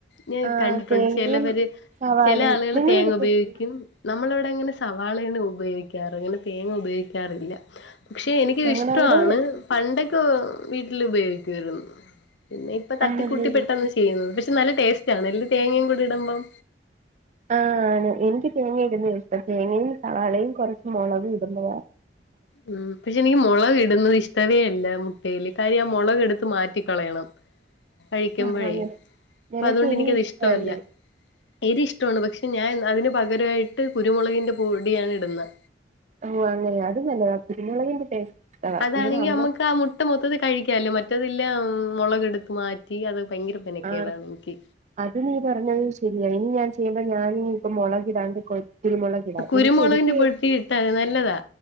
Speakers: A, on the left (about 85°); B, on the right (about 40°).
A: ഞാൻ
B: ആഹ്
A: കണ്ടിട്ടുണ്ട്
B: തേങ്ങയും
A: ചിലവര്,
B: സവാളയും
A: ചില ആളുകൾ
B: നിങ്ങളെടുത്തില്ലേ
A: തേങ്ങ ഉപയോഗിക്കും നമ്മളിവിടെ അങ്ങനെ സവാളേണ് ഉപയോഗിക്കാറ്, അങ്ങനെ തേങ്ങ ഉപയോഗിക്കാറില്ല പക്ഷെ എനിക്ക്ത്
B: ഞങ്ങളവിടെ
A: ഇഷ്ടവാണ്. പണ്ടൊക്കെ വീട്ടിൽ ഉപയോഗിക്കുവായിരുന്നു പിന്നെ ഇപ്പ തട്ടിക്കൂട്ടി
B: ആണല്ലേ
A: പെട്ടന്ന് ചെയ്യുന്നത്, പക്ഷെ നല്ല ടേസ്റ്റ് ആണ് എല്ല തേങ്ങയും കൂടി ഇടുമ്പം
B: ആഹ ആണ്. എനിക്ക് തേങ്ങ ഇടുന്ന ഇഷ്ടം, തേങ്ങയും, സവാളയും, കുറച്ചു മുളകും ഇടുന്നത
A: ഉം.. പക്ഷെ എനിക്ക് മുളകിടുന്നത് ഇഷ്ടവേ അല്ല മുട്ടയില് തരി ആ മുളക എടുത്ത് മാറ്റിക്കളയണം. കഴിക്കുമ്പഴേ,
B: ആഹ് അങ്ങനെ
A: അപ്പ
B: നിനക്ക്
A: അതുകൊണ്ട്
B: എരി
A: എനിക്കത്
B: ഇഷ്ടവല്ലേ
A: ഇഷ്ടവല്ല എരി ഇഷ്ടവാണ്. പക്ഷെ ഞാൻ അതിന് പകരവായിട്ട് കുരുമുളകിന്റെ പൊടിയാണ് ഇടുന്നത്
B: ഓ അങ്ങനെയാ, അത് നല്ലതാ കുരുമുളകിന്റെ ടേസ്റ്റ് ഇഷ്ടവാ
A: അതാണെങ്കി
B: ഇവിടെ അമ്മ
A: നമ്മുക്ക് ആ മുട്ട മൊത്തത്തി കഴിക്കാലോ മറ്റതില്ല.. മൊളകെടുത്ത് മാറ്റി അത് ഭയങ്കര മെനക്കേടാണ്
B: ആ
A: എനിക്ക്
B: അത് നീ പറഞ്ഞത് ശരിയ, ഇനി ഞാൻ ചെയ ഞാനിനി ഇപ്പ മൊളകിടാണ്ട് കൊ കുരുമുളകിടാം
A: കുരുമുളകിന്റെ
B: എനിക്ക് എരിക്ക്
A: പൊട്ടി ഇട്ടാെ നല്ലതാ